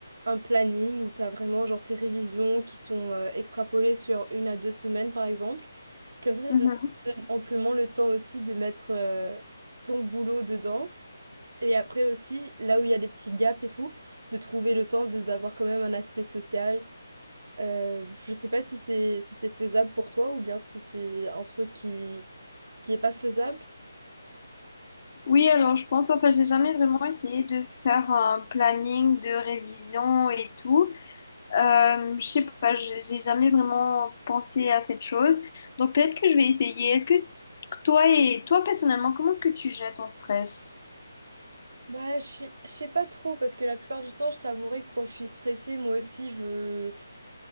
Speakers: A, on the right; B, on the left.
A: un planning où tu as vraiment genre tes révisions qui sont euh, extrapolées sur une à deux semaines par exemple. Comme ça,
B: mhm.
A: ça te donne amplement le temps aussi de mettre euh, ton boulot dedans. Et après aussi, là où il y a des petits gaps et tout, de trouver le temps de- d'avoir quand même un aspect social. Euh, je sais pas si c'est si c'est faisable pour toi ou bien si c'est un truc qui qui est pas faisable.
B: Oui, alors je pense, enfin, j'ai jamais vraiment essayé de faire un planning de révision et tout. Euh, je sais pas, je- j'ai jamais vraiment pensé à cette chose. Donc peut-être que je vais essayer. Est-ce que toi et toi personnellement, comment est-ce que tu gères ton stress?
A: Bah, je sais je sais pas trop parce que la plupart du temps, je t'avouerai que quand je suis stressée, moi aussi, je